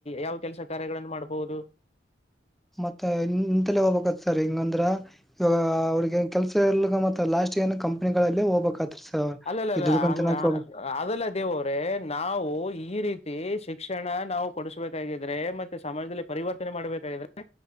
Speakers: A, on the left; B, in the centre.
A: ಯಾವ ಕೆಲಸ ಕಾರ್ಯಗಳನ್ನ ಮಾಡ್ಬಹುದು
B: ಮತ್ತೆ ಇಂತಲೇ ಹೋಗ್ಬೇಕತ್ ಸರ್ ಹಂಗಂದ್ರ ಇವ ಅವ್ರಗ ನ್ ಕೆಲ್ಸ ಎಲ್ ಮತ್ತ ಲಾಸ್ಟ್ ಏನ ಕಂಪ್ನಿಗಳಲ್ಲಿ ಹೋಗ್ಬೇಕತ್ರಿ ಸರ್ ಅವ್ರು
A: ಅಲ್ಲಲ್ಲ
B: ಈ
A: ಅಲ್ಲ
B: ದುಡ್ಕೊಂಡ್
A: ಹಂಗ
B: ತಿನ್ನಕ್ ಹೋಗ್
A: ಅದೆಲ್ಲ ದೇವ್ರೆ ನಾವು ಈ ರೀ ತ್ತಿ ಶಿಕ್ಷಣ ನಾವು ಕೊಡಸ್್ಬೇಕಾಗಿದ್ರೆ ಮತ್ತೆ ಸಮಾಜದಲ್ಲಿ ಪರಿವರ್ತನೆ ಮಾಡ್ಬೇಕಾಗಿದ್ರೆ